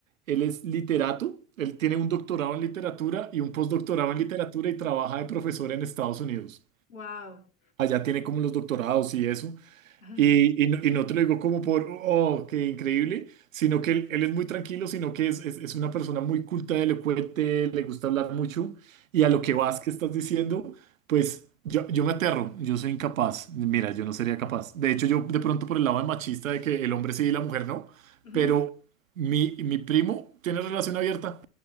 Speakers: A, on the right; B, on the left.
A: él es literato, él tiene un doctorado en literatura y un postdoctorado en literatura y trabaja de profesor en Estados Unidos.
B: wow.
A: Allá tiene como los doctorados y eso.
B: Ajá,
A: Y, y no, y no te lo digo como por, oh, qué increíble, sino que él, él es muy tranquilo, sino que es, es, es una persona muy culta, elocuente, le gusta hablar mucho. Y a lo que vas que estás diciendo, pues yo, yo me aterro, yo soy incapaz. Mira, yo no sería capaz. De hecho, yo de pronto por el lado de machista de que el hombre sí y la mujer no,
B: ujú,
A: pero mi, mi primo tiene relación abierta.